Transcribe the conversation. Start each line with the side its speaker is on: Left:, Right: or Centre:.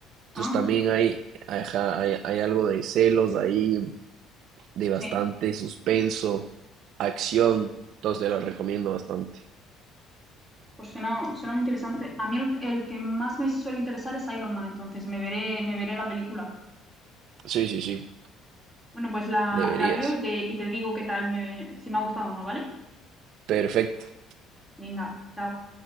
Right: Entonces
Centre: Ah, anda.
Right: también hay, ajá, hay, hay algo de celos ahí, de
Centre: Sí,
Right: bastante suspenso, acción, entonces te la recomiendo bastante.
Centre: pues suena, suena muy interesante. A mí el, el que más me suele interesar es Iron Man, entonces me veré, me veré la película.
Right: Sí, sí, sí,
Centre: Bueno, pues la,
Right: deberías.
Centre: la veo y te, y te digo qué tal me, si me ha gustado o no, ¿vale?
Right: perfecto
Centre: Venga, chao.